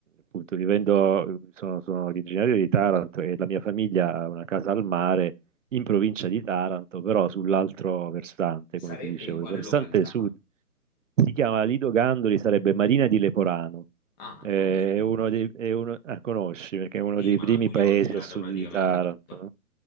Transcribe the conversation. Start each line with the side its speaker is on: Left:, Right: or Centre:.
Right: appunto vivendo, sono, sono originario di Taranto e la mia famiglia ha una casa al mare in provincia di Taranto, però sull'altro versante,
Left: Sarebbe
Right: come ti dicevo,
Left: in quale
Right: il versante
Left: località?
Right: sud si chiama Lido Gandoli, sarebbe Marina di Leporano.
Left: Ah,
Right: Eh,
Left: conosco,
Right: È uno
Left: conosco.
Right: dei, è uno- ah, conosci perché è uno
Left: Sì,
Right: dei
Left: ma
Right: primi
Left: la Puglia
Right: paesi
Left: l'ho girata
Right: a sud
Left: praticamente
Right: di Taranto,
Left: tutta.
Right: no?